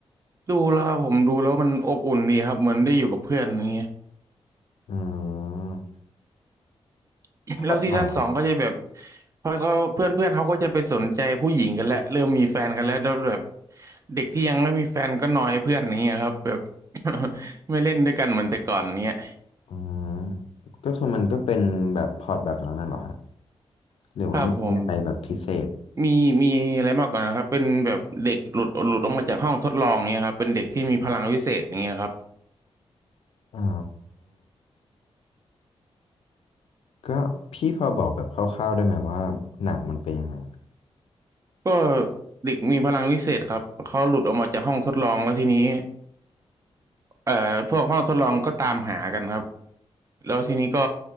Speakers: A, on the right; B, on the left.
A: ดูแล้วครับผมดูแล้วมันอบอุ่นดีครับเหมือนได้อยู่กับเพื่อนอย่างเงี้ย
B: อืม
A: <coughs>
B: พล็อตหนัง
A: แล้วซีซั่นสองก็จะแบบพอเขาเพื่อนเพื่อนเขาก็จะไปสนใจผู้หญิงกันแล้วเริ่มมีแฟนกันแล้วแล้วแบบเด็กที่ยังไม่มีแฟนก็นอยเพื่อนอย่างเงี้ยครับแบบ <coughs> <laughs> ไม่เล่นด้วยกันเหมือนแต่ก่อนเงี้ย
B: อ่าก็คือมันก็เป็นแบบพอร์ตแบบนั้นน่ะเหรอครับหรือว่ามันมีอะไรแบบพิเศษ
A: ครับผม มีมีอะไรมากกว่านะครับเป็นแบบเด็กหลุดหลุดออกมาจากห้องทดลองเนี่ยครับเป็นเด็กที่มีพลังวิเศษอย่างเงี้ยครับ
B: อ๋อก็พี่พอบอกแบบคร่าวๆได้ไหมว่าหนังมันเป็นยังไง
A: ก็เด็กมีพลังวิเศษครับเขาหลุดออกมาจากห้องทดลองแล้วทีนี้เอ่อพวกห้องทดลองก็ตามหากันครับแล้วทีนี้ก็